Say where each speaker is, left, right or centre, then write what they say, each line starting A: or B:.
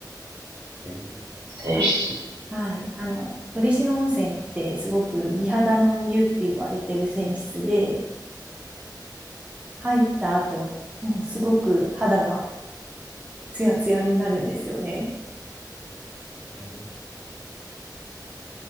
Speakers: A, on the right (about 85°); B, on the right (about 15°).
A: 泉。うん、泉質。
B: あ、はい。あの、嬉野温泉ってすごく美肌の湯って言われてる泉質で、入った後、もうすごく肌がツヤツヤになるんですよね。
A: うん